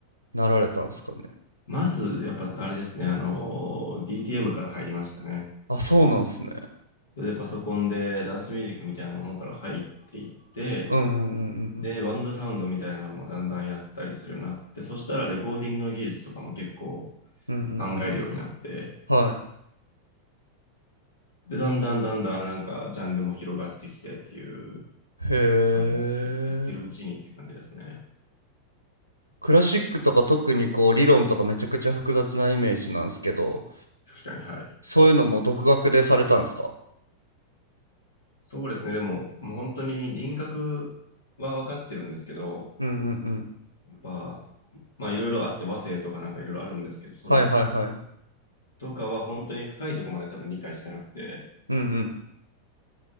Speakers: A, on the right (about 80°); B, on the left (about 70°).
A: なられたんですかね
B: まず、やっぱあれですね、あの、DTM から入りましたね。
A: あそうなんですね
B: で、パソコンでダンスミュージックみたいなものから入っていって、
A: うんうんうん
B: で、バンドサウンドみたいなのもだんだんやったりするようになって、そしたらレコーディングの技術とかも結構
A: うんうんうんうんうん
B: 考えるようになって、
A: は
B: で、だんだんだんだんなんかジャンルも広がってきてっていう
A: い。へえ。
B: 感じで、やってるうちにって感じですね。
A: クラシックとか特にこう理論とかめちゃくちゃ複雑なイメージなんですけど、
B: 確かに、はい。
A: そういうのも独学でされたんですか
B: そうですね。でも、もう本当に輪郭は分かってるんですけど、
A: うんうんうん。
B: やっぱ、まあいろいろあって和声とかなんかいろいろあるんですけど、それ
A: はいはいはい。
B: とかは本当に深いところまで多分理解してなくて、
A: うんうん。